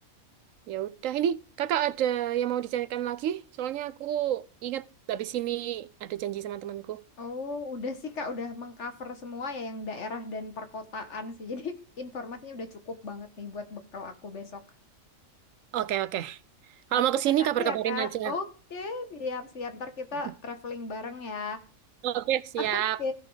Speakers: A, on the right; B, on the left.
A: Ya udah ini kakak ada yang mau dicarikan lagi? Soalnya aku ingat habis ini ada janji sama temanku.
B: Oh, udah sih Kak, udah mengcover semua ya yang daerah dan perkotaan sih. <laughs> Jadi informasinya udah cukup banget nih buat bekal aku besok.
A: Oke oke. Kalau
B: Oke,
A: mau ke sini
B: makasih
A: kabar-kabarin
B: ya Kak.
A: aja.
B: Oke, siap-siap. Ntar kita
A: <laughs>
B: traveling bareng ya.
A: Oke siap.
B: Oke,